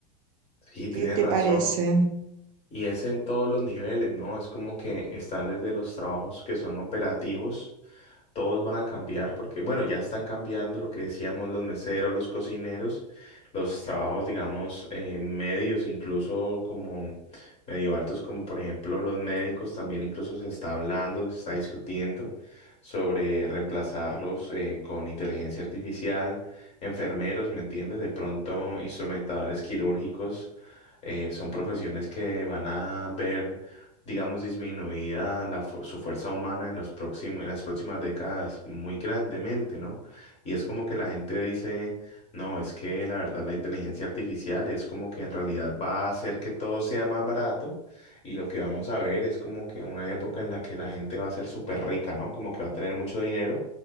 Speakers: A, on the left; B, on the right.
A: Sí,
B: ¿Qué
A: tienes
B: te
A: razón.
B: parece?
A: Y es en todos los niveles, ¿no? Es como que están desde los trabajos que son operativos. todos van a cambiar porque, bueno, ya están cambiando lo que decíamos, los meseros, los cocineros, los trabajos, digamos, eh, medios, incluso como medio altos, como por ejemplo los médicos, también incluso se está hablando, se está discutiendo sobre reemplazarlos eh, con inteligencia artificial, enfermeros, ¿me entiendes? De pronto, instrumentadores quirúrgicos, eh, son profesiones que van a ver digamos, disminuida la fu- su fuerza humana en los próxim- en las próximas décadas muy grandemente, ¿no? Y es como que la gente dice, no, es que la verdad la inteligencia artificial es como que en realidad va a hacer que todo sea más barato y lo que vamos a ver es como que una época en la que la gente va a ser súper rica, ¿no? Como que va a tener mucho dinero